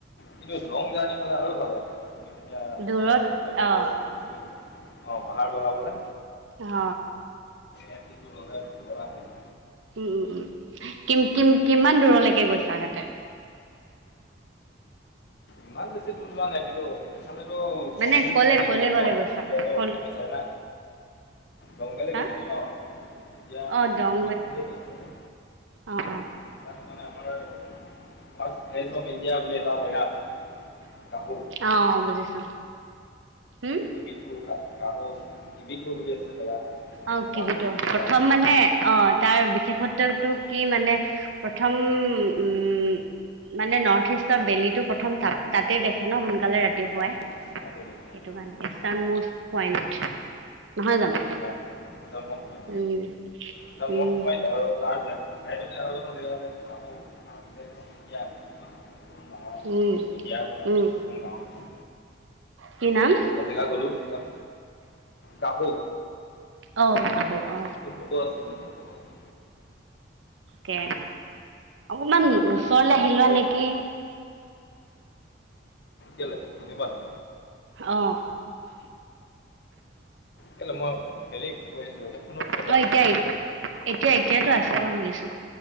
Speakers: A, on the left; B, on the right.
A: কিন্তু লং জাৰ্ণি হ'লে আৰু ভাল লাগে। এতিয়া
B: দূৰত
A: বাইকত গলে মানে
B: অ',
A: ত' এটো অঁ পাহাৰ বগাবলে
B: কি হ?
A: সেই ফিলটো ললে পগলা হবা
B: উম উম উম, কিম কিম কিমান দূৰলেকে গৈছা তাতে?
A: ইমান বেছি দূৰ যোৱা নাই, কিন্তু এইফালেতো
B: মানে
A: দঙ ভেলী
B: ক'লে
A: চাইডে
B: ক'লে
A: গৈছিলো
B: ক'লে
A: ন',
B: গৈছা
A: তেতিয়াতো
B: ক'ল
A: আমি চাইনা দঙ ভেলী
B: হা
A: গৈছিলো ন' এতিয়া
B: অ', দং
A: দঙ ভেলী গৈছিলো যে
B: অ', অ',
A: তাত মানে আমাৰ, ৰ্ফাষ্ট ভিলেজ ইণ্ডিয়া বুলি জাগা এটা আছে। কাহু
B: অঁ বুজিছো হুম
A: কিবিঠো, কাবো কিবিঠো বুলি আছে জেগা।
B: অঁ
A: কাহু
B: কিবিটো,
A: বুলি জেগা
B: প্ৰথম
A: আছে
B: মানে অঁ, তাৰ বিশেষত্বটো কি মানে, প্ৰথম উম মানে নৰ্থ ইষ্টৰ বেলিটো প্ৰথম তাত তাতেই
A: উম,
B: দেখে ন সোনকালে ৰাতিপুৱাই
A: তাত তাতে দে।
B: সেইটো মানে ইষ্টাৰ্ণ
A: অঁ,
B: নৰ্থ পইণ্ট, নহয় জানোঁ।
A: <unintelligible>
B: উম
A: এটা
B: উম,
A: নৰ্থ পইণ্ট আৰু তাৰ চাইডতে আৰু এটা দিয়া আছে সেইটো পাহো
B: উম,
A: <unintelligible> ইণ্ডিয়াৰ মানে
B: উম,
A: প্ৰথম গাঁওখন,
B: কি নাম?
A: এটা জেগা গলোঁ, তাত কাহো
B: অ কাহো অ
A: মোৰ ফটো আছে, আছে
B: কে, অকমান ওচৰলে আহি
A: তাত
B: লোৱা
A: গৈ
B: নেকি
A: কেলে শুনি পোৱা নাই।
B: অ ঊম
A: কেলে মই হেৰিক কৈ আছো হেডফোনত কথা
B: অ
A: পাতি
B: এতিয়া
A: আছোঁ
B: এতিয়া, এতিয়াতো আছে বাও শুনিছোঁ।